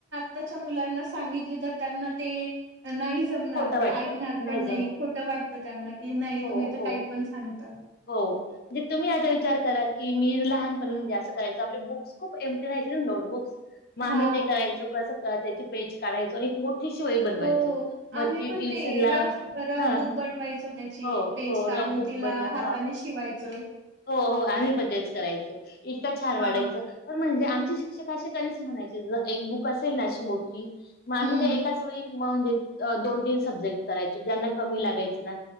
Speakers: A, on the right; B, on the left.
A: आताच्या मुलांना सांगितली तर त्यांना ते नाही जमणार
B: खोटं वाटतं
A: ते ऐकणार पण
B: जमत
A: नाही खोटं वाटतं त्यांना की नाही
B: हो
A: तुम्ही तर
B: हो
A: काही पण सांगतात
B: हो म्हणजे तुम्ही याचा विचार करा की मी लहानपर्यंत जास्त करायचो आपले बुक्स खूप एमटी राहायचे ना नोटबुक्स मग आम्ही
A: हां.
B: ते करायचो कसं त्याची पेज काढयचो आणि मोठ शिवाय बनवायचो
A: हो. आम्ही
B: मग ते
A: पण
B: ट्युशनला
A: रफ रफ
B: हा
A: बुक बनवायचो त्याची
B: हो
A: पेज
B: हो
A: काढून
B: रबुक
A: तिला
B: बन
A: हाताने
B: हा
A: शिवायचं.
B: हो हो आम्ही पण तेच करायचो इतक छार
A: हां.
B: वाढायचं पण म्हणजे आमची शिक्षक तरी च म्हणायचे जर एक बुक असेल ना आशी मोठी आम्ही
A: हं.
B: ते एकाच वेळी मग म्हणजेआ दोन ती सब्जेक्ट करायच ज्यांना कमी लागायचं ना